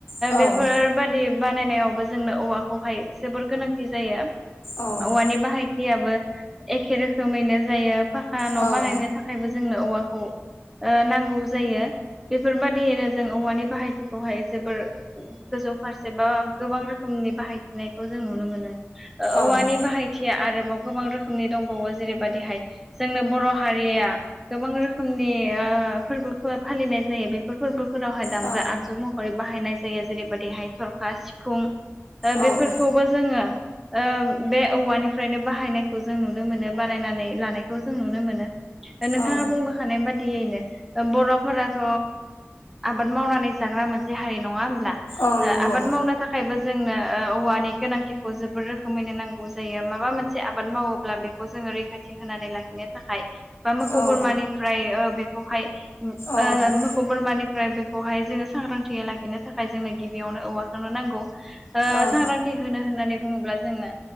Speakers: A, on the left (about 70°); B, in the centre.
A: औवाखौहाय जोबोर गोनांथि जायो।
B: बेफोर
A: औ। एखे
B: बादि बानायनायावबो जोंनो औवाखौहाय जोबोर गोनांथि जायो।
A: रोखोमैनो
B: औवानि
A: जायो औ। बाहायथिया आरोबाव गोबां
B: बाहायथियाबो एखे रोखोमैनो जायो। फाखा न'
A: रोखोमनि दंबावो
B: बानायनो थाखायबो जोंनो औवाखौ नांगौ जायो। बेफोरबायदियैनो जों औवानि बाहायथिखौहाय जोबोर गोजौ फारसे बा गोबां रोखोमनि नि बाहायथिनायखौ जों नुनो मोनो औवानि
A: जेरैबायदिहाय
B: बाहायथिया आरो गोबां रोखोमनि दंबावो जेरैबायदिहाय जोंनो बर' हारिया गोबां रोखोमनि फोरबोफोर फालिनाय जायो बेफोर फोरबोफोरावहाय दामग्रा
A: औ
B: आगजु महरै बाहायनाय जायो जेरैबायदिहाय थरखा, सिफुं बेफोरखौबो
A: औ
B: जोङो बे औवानिफ्रायनो बाहायनायखौ जों नुनो मोनो बानायनानै लानायखौ जों नुनो मोनो। नोंथाङा
A: औ
B: बुंबोखानाय बादियैनो बर' फोराथ' आबाद मावनानै जाग्रा मोनसे हारि नङा
A: औ नंगौ
B: आबाद मावनो थाखायबो। जोंनो औवानि गोनांथिखौ जोबोर रोखोमैनो नांगौ जायो माबा मोनसे आबाद मावोब्ला बेखौ जों रैखाथि होनानै लाखिनो थाखाय बा मोसौ
A: औ
B: बोरमानिफ्राय बेखौहाय ओ
A: औ
B: मोखौ बोरमानिफ्राय बेखौहाय जोङो सांग्रांथियै लाखिनो थाखाय जोंनो गिबियावनो औवाखौनो नां नांगौ ओसांग्रांथि
A: औ
B: होनो। होननानै बुङोब्ला जोंनो